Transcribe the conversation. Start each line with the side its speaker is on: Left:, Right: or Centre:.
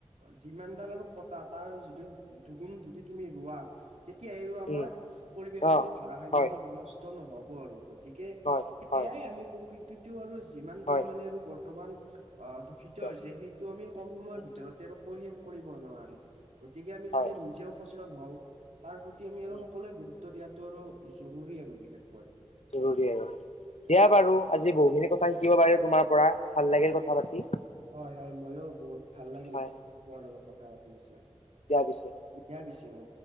Right: যিমানডাল আৰু কটা তাৰ যি দুগুণ যদি তুমি ৰোৱা। তেতিয়া আহিব আমাৰ
Left: উম
Right: পৰিৱেশটোৰ
Left: অ
Right: ভাৰাসাম্যতা
Left: হয়
Right: বিনষ্ট নহব আৰু। গতিকে
Left: হয়
Right: সেয়াই
Left: হয়
Right: আমি প্ৰকৃতিটো আৰু যিমান
Left: হয়
Right: পৰিমাণে আৰু বৰ্তমান আহ- সিতো,
Left: একদম
Right: হৈছে সেইটো আমি কম সময়ৰ
Left: উম
Right: ভিতৰতে কৈ শেষ কৰিব নোৱাৰিম গতিকে আমি
Left: হয়
Right: যাতে নিজেও। সচেতন হওঁ তাৰ প্ৰতি আমি আৰু
Left: উম
Right: সকলোৱে গুৰুত্ব দিয়াতটো আৰু জৰুৰী আৰু বিশেষকৈ।
Left: জৰুৰী আৰু দিয়া বাৰু আজি বহু খিনি কথা শিকিব পাৰি তোমাৰ পৰা ভাল লাগিল কথা পাতি।
Right: হয় হয় ময়ো বহুত ভাল লাগিল
Left: হয়
Right: তোমাৰ লগত কথা পাতি ‍পিছে।
Left: দিয়া পিছে।
Right: দিয়া পিছে উম